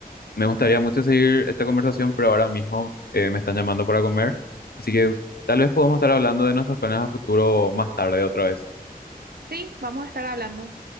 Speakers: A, on the left; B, on the right.
A: Me gustaría mucho seguir esta conversación, pero ahora mismo eh, me están llamando para comer, así que tal vez podemos estar hablando de nuestros planes a futuro más tarde otra vez.
B: Sí, vamos a estar hablando.